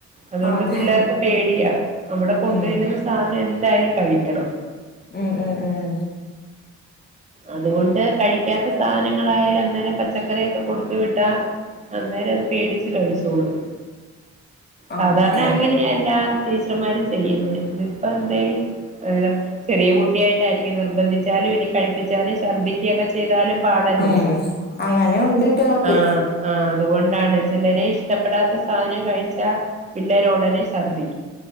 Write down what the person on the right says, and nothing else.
അതുകൊണ്ട്
പിള്ളേർക്ക് പേടിയാ അവിടെ കൊണ്ടുല്ലുന്ന
സാധനം എന്തായാലും കഴിക്കണം
അതുകൊണ്ട് കഴിക്കാത്ത സാധനങ്ങളായാലൽ അന്നേരം പച്ചക്കറിയൊക്കെ കൊടുത്ത വിട്ടാ അന്നേരം അത് പേടിച്ച് കഴിച്ചോളും സാധാരണ
അങ്ങനെയാ എല്ലാ ടീച്ചർമാരും ചെയ്യുന്ന ഇതിപ്പം അ ചെറിയ കുട്ടി യായിട്ടായിരിക്കും നിർബന്ധിച്ചാലും ഇനി കഴിപ്പി <unintelligible> ശർദിക്കൊക്കെ ചെയ്താലും പാടല്ലേ
ആ ആ അതുകൊണ്ടാണ് ചിലരെ ഇഷ്ടപ്പെടാത്ത സാധനം കഴിച്ചാൽ പിള്ളേരൊടനെ ഛർദ്ദി